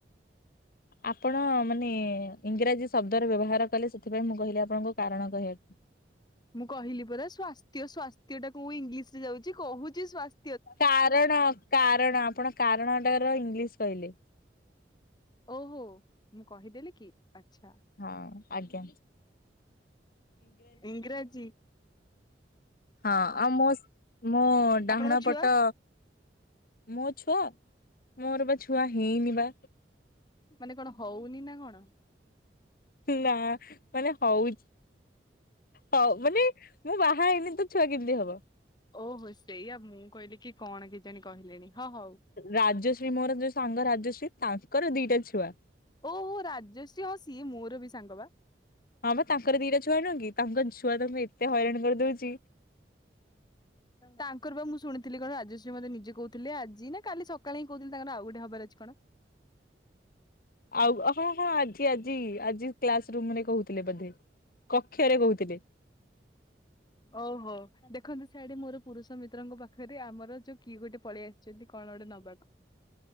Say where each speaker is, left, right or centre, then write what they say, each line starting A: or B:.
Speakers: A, on the left (about 55°); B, on the left (about 25°).
A: ଆପଣ ମାନେ ଇଂରାଜୀ ଶବ୍ଦର ବ୍ୟବହାର କଲେ ସେଥିପାଇଁ ମୁଁ କହିଲି ଆପଣଙ୍କୁ କାରଣ କହିବାକୁ।
B: ମୁଁ କହିଲି ପରା ସ୍ଵାସ୍ଥ୍ୟ ସ୍ଵାସ୍ ସ୍ଥ୍ୟ ଟାକୁ ମୁଁ ଇଂଲିଶରେ ଯାଉଛି କହୁଛି ସ୍ଵାସ୍
A: କାରଣ କାରଣ। ଆପଣ କାରଣଟାର ଇଂଲିଶ କହିଲେ।
B: ଓହୋ ମୁଁ କହିଦେଲି କି? ଆଚ୍ଛା
A: ହଁ ଆଜ୍ଞା।
B: ଇଂରାଜୀ।
A: ହଁ ଆଉ ମୋସ୍-ମୋ
B: ଆପଣଙ୍କ
A: ଡାହାଣ
B: ଛୁଆ
A: ପଟ ମୋ ଛୁଆ? ମୋର ବା ଛୁଆ ହେଇନି ବା।
B: ମାନେ କଣ ହଉନି ନା କଣ?
A: ନା ମାନେ ହଉ ହଉ ମାନେ ମୁଁ ବାହା ହେଇନି ତ ଛୁଆ କେମିତି ହବ?
B: ଓହୋ ସେଇଆ। ମୁଁ କହିଲି କି କଣ କେଜାଣି କହିଲେଣି। ହଁ ହଉ
A: ରାଜଶ୍ରୀ ମୋର ଯୋଉ ସାଙ୍ଗ ରାଜ ଶ୍ରୀ ତାଙ୍କର ଦିଟା ଛୁଆ।
B: ଓହୋ ରାଜଶ୍ରୀ। ହଁ ସିଏ ମୋର ବି ସାଙ୍ଗ ବା।
A: ହଁ ବା ତାଙ୍କର ଦିଟା ଛୁଆ ନୁହଁ କି? ତାଙ୍କ ଛୁଆ ତାଙ୍କୁ ଏତେ ହଇରାଣ କରିଦଉଚି
B: ତାଙ୍କର ବା ମୁଁ ଶୁଣି ଥିଲି କଣ ରାଜଶ୍ରୀ ମୋତେ ନିଜେ କହୁଥିଲେ ଆଜି ନା କାଲି ସକାଳେ ହିଁ କହୁଥିଲେ ତାଙ୍କର ଆଉ ଗୋଟେ ହବାର ଅଛି କଣ?
A: ଆଉ ହଁ ହଁ ଆଜି ଆଜି ଆଜି କ୍ଲାସ ରୁମରେ କହୁଥିଲେ ବୋଧେ। କକ୍ଷରେ କହୁଥିଲେ।
B: ଓହୋ ଦେଖନ୍ତୁ ସ ସିଆଡେ ମୋର ପୁରୁଷ ମିତ୍ରଙ୍କ ପାଖରେ ଆମର ଯୋଉ କିଏ ଗୋଟେ ପଳେଇ ଆସିଛନ୍ତି କଣ ଗୋଟେ ନବାକୁ।